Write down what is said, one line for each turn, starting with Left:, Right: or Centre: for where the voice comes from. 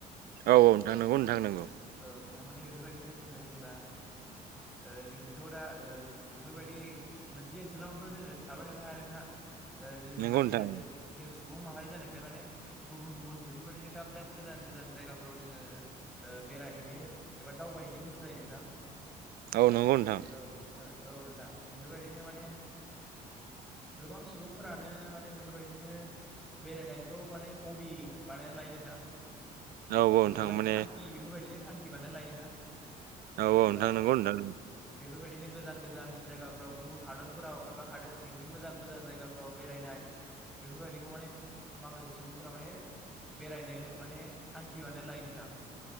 Right: औ औ नोंथां नंगौ नोंथां
Centre: ओ
Right: नंगौ।
Centre: औ नोंथां माने बेफोरबायदिनो जोङो जेनेबा ओ जोंथ' दा ओ बेफोरबायदि मोनसे ओनसोलावनोथ' जोङो थाबाय थानो हाया नोंथां जों
Right: नंगौ
Centre: मानसि
Right: नोंथां
Centre: जाथि जों सुबुं माहारि जानायखाय माने गुबुन गुबुन बेफोरबायदिनो दाब दाब गोजान गोजान जायगाफ्राव जोङो ओ बेरायहैनो एबा दावबायहैनो गोसो जायो नोंथां।
Right: औ नंगौ नोंथां।
Centre: औ औ नोंथां, बेफोरबायदिनो माने गोबां सुबुंफोरानो माने बेफोरबायदिनो बेरायनायखौ माने हबि बानाय नानै लायो नोंथां।
Right: औ औ नोंथां
Centre: हबि माने
Right: मान
Centre: थांखि बेफोरबायदिनो थांखि बानायनानै लायो नोंथां।
Right: औ
Centre: जेनेबा
Right: नोंथां नंगौ नोंथां
Centre: बेफोरबायदिनो गोजान गोजान जायगा फोराव गुबुन हादोरफोराव एबा हादोर सिंनि मोजां मोजां जायगाफ्राव बेरायनाय, बेफोरबायदिखौ माने माखासे सुबुंफोरा माने बेरायनो माने थांखि बानायनानै लायो नोंथां।